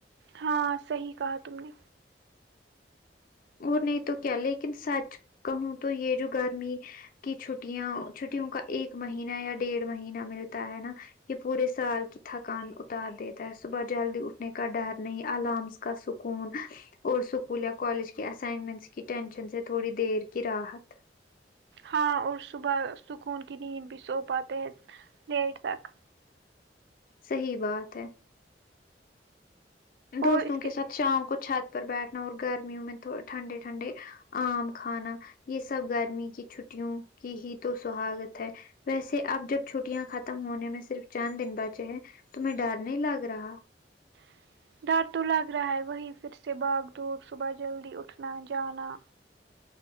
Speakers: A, on the right; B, on the left.
A: ہاں صحیح کہا تم نے
B: اور نہیں تو کیا لیکن سچ کہوں تو یہ جو گرمی کہ چھٹیاں چھٹیوں کا ایک مہینہ یا ڈیڑھ مہینہ ملتا ہے نا یہ پورے سال کی تھکان اتار دیتا ہے صبح جلدی اٹھنے کا ڈر نہیں الارم کا سکون اور اسکول یا کالج کہ اسائنمنٹس کی ٹینشن سے تھوڑی دیر کی راحت
A: ہاں اور صبح سکون کی نیند بھی سو پاتے ہیں لییر تک
B: صحیح بات ہے دوستوں
A: اور اس
B: کے ساتھ شام کو چھت پر بیٹھنا اور گرمیوں میں تو ٹھنڈے ٹھنڈے آم کھانا یہ سب گرمی کی چھٹیوں کی ہی تو سہاگت ہے ویسے اب جب چھٹیاں ختم ہونے میں صرف چاند دن بچے ہیں تو میں ڈر نہیں لگ رہا
A: <inaudible> ڈر تو لگ رہا ہے وہی پھر سے باغ دب صبح جلدی اٹھنا جانا